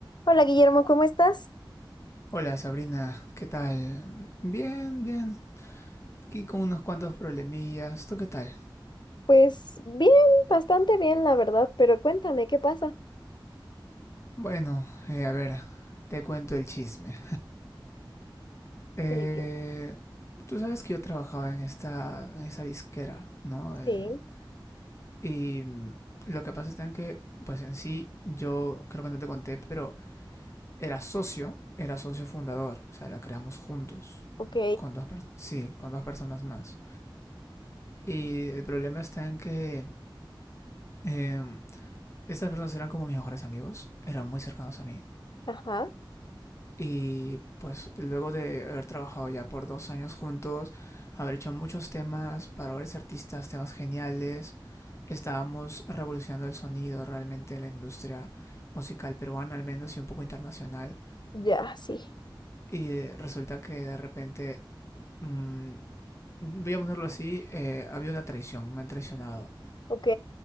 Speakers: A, on the left; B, on the left.
A: Hola Guillermo, ¿cómo estás?
B: Hola Sabrina, ¿qué tal? Bien, bien. Aquí con unos cuantos problemillas. ¿Tú qué tal?
A: Pues bien, bastante bien, la verdad, pero cuéntame, ¿qué pasa?
B: Bueno, eh, a ver, te cuento el chisme. Eh,
A: Sí, bien.
B: tú sabes que yo trabajaba en esta, en esta disquera, ¿no? Eh,
A: Sí,
B: y mm, lo que pasa es tan que, pues en sí, yo creo que no te conté, pero era socio, era socio fundador. O sea, la creamos juntos.
A: ok,
B: Con dos, per- sí, con dos personas más. Y el problema está en que em, Estas personas eran como mis mejores amigos, eran muy cercanos a mí.
A: ajá,
B: Y pues luego de haber trabajado ya por dos años juntos, haber hecho muchos temas para varios artistas, temas geniales, estábamos revolucionando el sonido realmente en la industria musical peruana, al menos y un poco internacional.
A: ya, sí,
B: Y resulta que de repente, mmm, voy a ponerlo así, eh, ha habido una traición, me han traicionado.
A: ok,